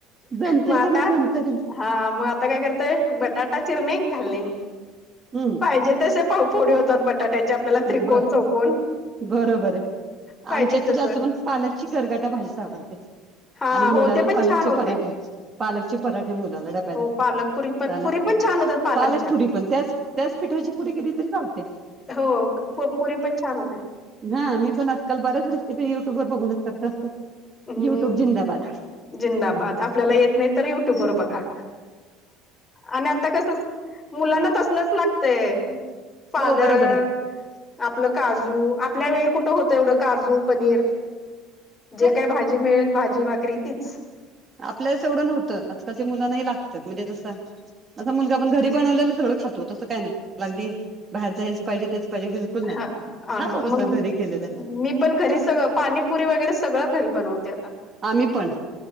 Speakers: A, on the right; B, on the left.
A: जमतय
B: मग आता
A: की नाही, जमतय की नाही.
B: हा मग, आता काय करताय, बटाटा चिरने घालणे.
A: हम्म
B: पाहिजेत तशा फोडी होतात बटाट्याच्या. जे आपल्याला त्रिकोण,
A: ब
B: चौकोन
A: बरोबर आहे
B: पाहिजे
A: आमच्यात
B: तसं.
A: तर जास्त पण पालकची गरगटा भाजीच आवडते.
B: हा
A: आणि मुलाला
B: हो ते पण
A: पालकचे
B: छान होते
A: पराठे, पालकचे पराठे मुलाला डब्याला.
B: हो पालक पुरी पण
A: त्याला,
B: पुरी पण छान होतात पालकच्या
A: पालकपुरी पण त्याच-त्याच पिठाची पुरी केली तरी चालते.
B: हो क-प पुरी पण छान होते.
A: ह, मी पण आजकाल बऱ्याच रेसिपी युट्यूब वर बघूनच करत असते.
B: हम्म,
A: युट्यूब जिंदाबाद
B: जिंदाबाद. आपल्याला येत नाही तर युट्यूब बरोब बघा, आणि आता कसं मुलांना तसलच लागतय. पालक
A: हो बरोबर
B: आपलं काजू, आपल्या वेळी कुठं होतं एवढं काजू, पनीर.
A: आहे
B: जे काय भाजी मिळेन, भाजी- भाकरी तीच.
A: आपल्या वेळेस एवढं नव्हतं, आजकालच्या मुलांना हे लागतं. म्हणजे जसं माझा मुलगा पण घरी बनवलेल सगळं खातो, तसं काय नाही लागदी. बाहेर हेच पाहिजे तेच पाहिजे बिलकुल नाही,
B: हा हा
A: खातो
B: मग
A: तो सगळं घरी केलेल.
B: मी पण घरी सगळं, पाणीपुरी वगैरे सगळं घरी बनवत्यात.
A: आम्ही पण